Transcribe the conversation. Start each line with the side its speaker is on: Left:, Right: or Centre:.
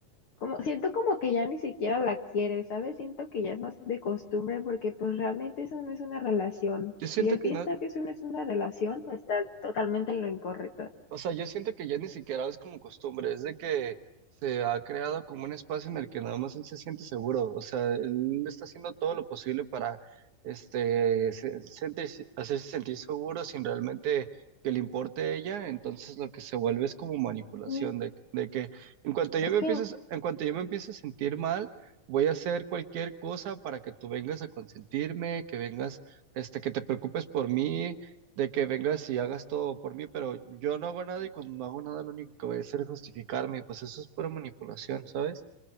Left: como, siento como que ya ni siquiera la quiere, ¿sabes? Siento que ya es más de costumbre porque pues realmente eso no es una relación.
Right: Yo siento
Left: Si él
Right: que
Left: piensa
Right: no,
Left: que eso no es una relación, está totalmente en lo incorrecto.
Right: o sea, yo siento que ya ni siquiera es como costumbre, es de que se ha creado como un espacio en el que nada más él se siente seguro, o sea, él está haciendo todo lo posible para este se- sentirse- hacerse sentir seguro sin realmente que le importe ella, entonces lo que se vuelve es como manipulación
Left: Sí,
Right: de, de que en cuanto yo
Left: Es
Right: me
Left: que
Right: empiezo, a- en cuanto yo me empiezo a sentir mal, voy a hacer cualquier cosa para que tú vengas a consentirme, que vengas, este, que te preocupes por mí de que vengas y hagas todo por mí, pero yo no hago nada y cuando no hago nada lo único que voy a hacer es justificarme, y pues eso es pura manipulación, ¿sabes?